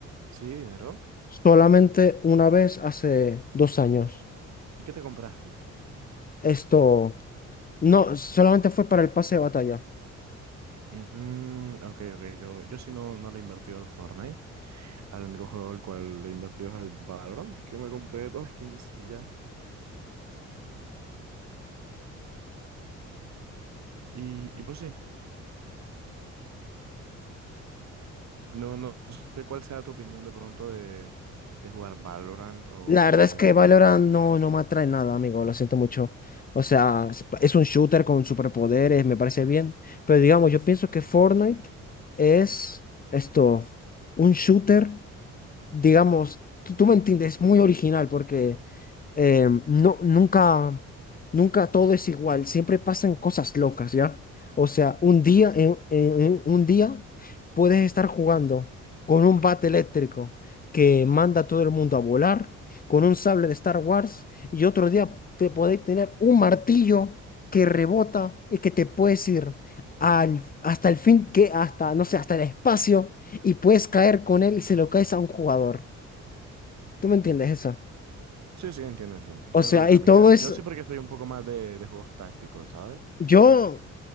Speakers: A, on the right; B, on the left.
A: Sí, dinero.
B: Solamente una vez hace dos años.
A: ¿Y qué te compraste?
B: Esto, no, solamente fue para el pase de batalla.
A: Mm, ok, ok. Yo, yo sí no, no le he invertido al Fortnite. Al único juego al cual le he invertido es al Valorant, que me compré dos skins y ya. Y, y pues sí, no, no sé cuál sea tu opinión de pronto de, de jugar Valorant o,
B: La verdad es que Valorant no, no me atrae nada, amigo, lo siento mucho. O sea, es es un shooter con superpoderes, me parece bien. Pero digamos, yo pienso que Fortnite es esto, un shooter digamos, tú, tú me entiendes, es muy original porque eh, no, nunca, nunca todo es igual, siempre pasan cosas locas, ¿ya? O sea, un día, en- en- en un día puedes estar jugando con un bate eléctrico que manda a todo el mundo a volar, con un sable de Star Wars, y otro día te podéis tener un martillo que rebota y que te puedes ir al, hasta el fin, que hasta, no sé, hasta el espacio y puedes caer con él y se lo caes a un jugador. ¿Tú me entiendes eso?
A: Sí, sí, entiendo, entiendo. Entiendo
B: O sea,
A: tu dinámica.
B: y todo es,
A: Yo sí porque soy un poco más de, de juegos tácticos, ¿sabes?
B: yo,